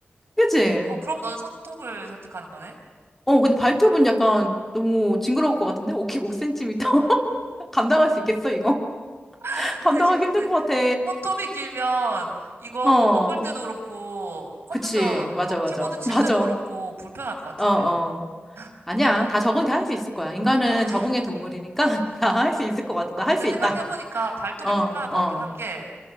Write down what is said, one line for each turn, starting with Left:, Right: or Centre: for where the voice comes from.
Centre: 그치?
Right: 어, 그럼 너는 손톱을 선택하는 거네?
Centre: 어, 근데 발톱은 약간 너무 징그러울 것 같은데? 5cm? <laughs> 감당할 수 있겠어, 이거? <laughs>
Right: <laughs>
Centre: 감당하기
Right: 대신 근데
Centre: 힘들 것 같아.
Right: 손톱이 길면 이거
Centre: 어,
Right: 뭐 먹을 때도 그렇고 컴퓨터
Centre: 그치. 맞아,
Right: 이거
Centre: 맞아.
Right: 키보드 칠
Centre: <laughs> 맞아.
Right: 때도 그렇고 불편할 것 같은데.
Centre: 어, 어. 아니야.
Right: 근데 또,
Centre: 다 적응 다 할 수 있을 거야. 인간은
Right: 적응-
Centre: 적응의
Right: <laughs>
Centre: 동물이니까 <laughs> 다 할 수 있을 것 같아. 나
Right: 아, 근데
Centre: 할 수 있다.
Right: 생각해보니까 발톱이
Centre: 어, 어.
Right: 불편할 것 같긴 한 게